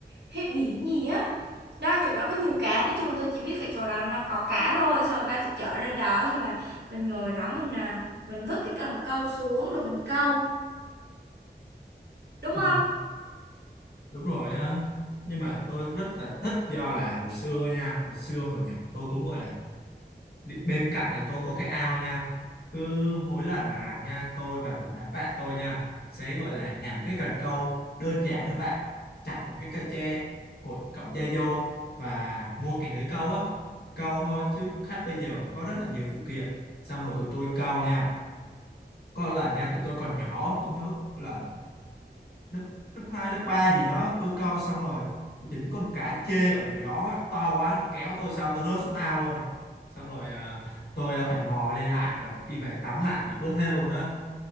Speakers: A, on the right; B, on the left.
A: hay biển gì á đó chỗ đó có nhiều cá nói chung là tôi chỉ biết cái chỗ đó nó có cá thôi xong rồi ba tôi chở ra đó xong rồi mình ngồi đó mình à, mình vứt cái cần câu xuống rồi mình câu đúng
B: Ừ,
A: không
B: đúng rồi á. Nhưng mà tôi rất là thích do là hồi xưa nha, hồi xưa hồi nhỏ tôi cũng gọi là Đi- bên cạnh nhà tôi có cái ao nha cứ mỗi lần mà rảnh nha tôi và rủ đám bạn tôi nha sẽ gọi là làm cái cần câu đơn giản thôi bạn chặt một cái cây tre cột cọng dây vô và mua cái lưới câu á câu thôi chứ khách bây giờ có rất là nhiều phụ kiện xong rồi tụi tôi câu nha có lần nha tụi tôi còn nhỏ tôi nhớ lần lớp lớp hai lớp 3 gì đó tôi câu xong rồi chính con cá chê ở dưới đó to quá nó kéo tôi sao tôi rớt xuống ao luôn xong rồi à, tôi à, phải mò lên lại và đi về tắm lại vì ướt hết luôn á